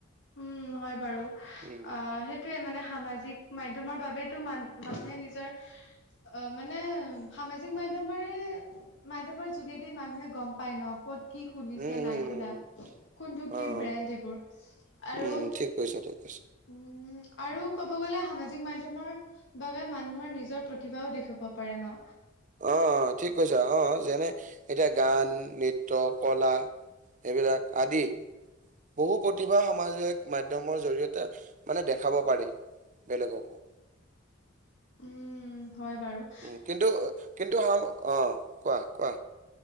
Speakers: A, on the left; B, on the right.
A: উম হয় বাৰু।
B: উম
A: অঁহ সেইট- টোয়ে মানে সামাজিক মাধ্যমৰ বাবেইতো মান মানুহে নিজৰ- অ' মানে সামাজিক মাধ্যমৰে- মাধ্যমৰ যোগেদি মানুহে গ'ম পায় ন'। ক'ত কি খুলিছে
B: উম, উম,
A: নাই খোলা
B: উম,
A: কোনটো কি
B: অ',
A: ব্ৰেণ্ড এইবোৰ? আৰু-
B: উম, ঠিক কৈছ ত‌ই ঠিক কৈছ।
A: উম, আৰু ক'ব গ'লে - এ সামাজিক মাধ্যমৰ বাবে মানুহৰ নিজৰ প্ৰতিভাও দেখুৱাব পাৰে ন।
B: অ', ঠিক কৈছা অ অ যেনে, এতিয়া গান, নৃত্য, কলা। এইবিলাক আদি। বহু প্ৰতিভা সামাজিক মাধ্যমৰ জৰিয়তে মানে দেখাব পাৰি। বেলেগকো।
A: উম, হয়, বাৰু।
B: উম, কিন্তু কিন্তু সাম অ', কোৱা কোৱা।